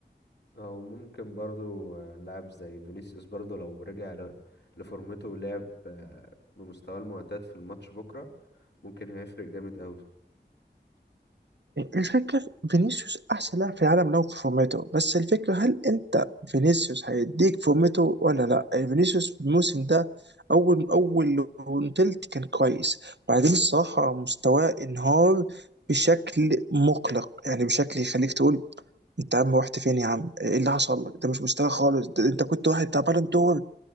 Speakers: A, on the left; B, on the right.
A: او ممكن برضو آه، لاعب زي فينيسيوس برضو لو رجع ل- لفورمته ولعب آه، بمستواه المعتاد في الماتش بكرة ممكن هيفرق جامد قوي
B: الفكره في فينيسيوس احسن لاعب في العالم لو في فورمته بس الفكره هل انت فينيسيوس هيديك فورمته ولا لا يعني فينيسيوس الموسم ده اول اول تلت كان كويس بعدين الصراحه مستواه انهار بشكل مقلق يعني بشكل يخليك تقول انت يا عم رحت فين يا عم ايه اللي حصل لك ده مش مستوى خالص ده انت كنت واحد بتاع بالون دور